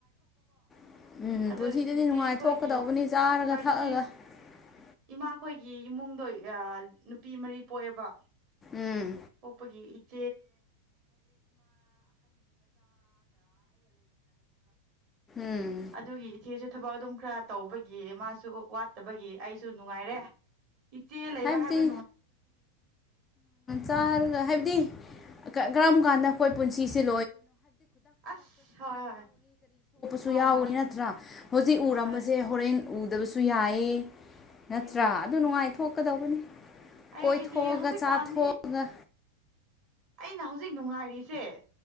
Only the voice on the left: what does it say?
ꯑꯟꯑꯣꯗꯤꯕꯜ
ꯎꯝ
ꯎꯝ
ꯍꯥꯏꯕꯗꯤ
ꯆꯥꯔꯒ ꯍꯥꯏꯕꯗꯤ ꯀ ꯑ ꯀꯔꯝ ꯀꯥꯟꯗ ꯑꯩꯈꯣꯏ ꯄꯨꯟꯁꯤꯁꯤ
ꯆꯥꯎꯏ
ꯅꯠꯇ꯭ꯔꯥ ꯍꯧꯖꯤꯛ ꯎꯔꯝꯕꯁꯦ
ꯍꯣꯔꯦꯟ ꯎꯗꯕꯁꯨ ꯌꯥꯏꯌꯦ ꯅꯠꯇ꯭ꯔꯥ
ꯑꯗꯨ ꯅꯨꯡꯉꯥꯏꯇ ꯀꯗꯧꯕꯅꯤ
ꯀꯣꯏꯊꯣꯛꯑꯒ
ꯆꯥꯊꯣꯛꯑꯒ